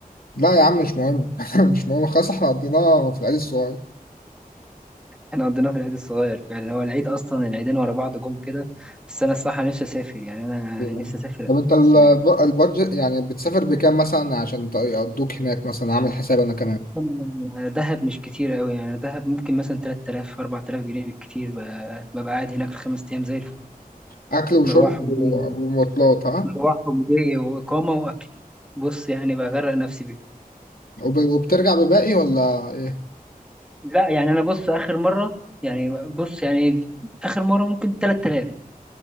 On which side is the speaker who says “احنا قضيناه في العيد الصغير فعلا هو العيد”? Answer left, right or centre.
Centre